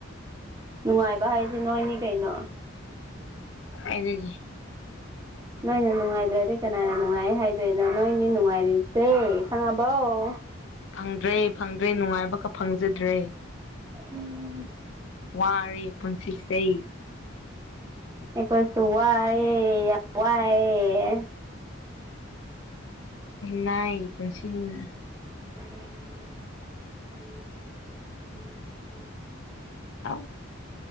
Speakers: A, on the right; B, on the left.
A: ꯅꯨꯡꯉꯥꯏꯕ ꯍꯥꯏꯁꯤ ꯅꯣꯏꯅꯤ ꯀꯩꯅꯣ
B: ꯑꯗꯨꯔꯒꯤ
A: ꯅꯣꯏꯅ ꯅꯨꯡꯉꯥꯏꯗ꯭ꯔꯗꯤ ꯀꯅꯥꯅ ꯅꯨꯡꯉꯥꯏ ꯍꯥꯏꯗꯣꯏꯅꯣ ꯅꯣꯏꯅꯤ ꯅꯨꯡꯉꯥꯏꯔꯤꯁꯦ ꯈꯪꯉꯕꯧ
B: ꯐꯪꯗ꯭ꯔꯦ ꯐꯪꯗ꯭ꯔꯦ ꯅꯨꯡꯉꯥꯏꯕꯒ ꯐꯪꯖꯗ꯭ꯔꯦ
A: ꯎꯝ
B: ꯋꯥꯔꯦ ꯄꯨꯟꯁꯤꯁ
A: ꯑꯩꯈꯣꯏꯁꯨ ꯋꯥꯏ ꯌꯥ ꯋꯥꯏ ꯑ
B: ꯅ ꯄꯨ ꯁꯤꯃꯤꯅ
A: <inaudible>
B: ꯑ